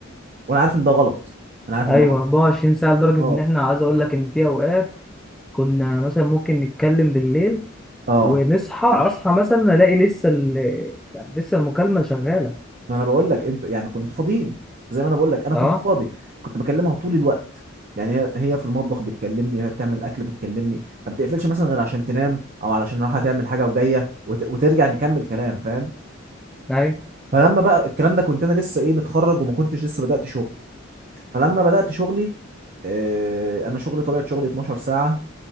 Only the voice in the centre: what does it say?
ايوه
24 ساعه لدرجه
ان احنا عايز اقول لك ان في اوقات كنا مثلا ممكن نتكلم بالليل
ونصحى اصحى مثلا الاقي لسه ال... يعني لسه المكالمه شغاله
اه
ايوه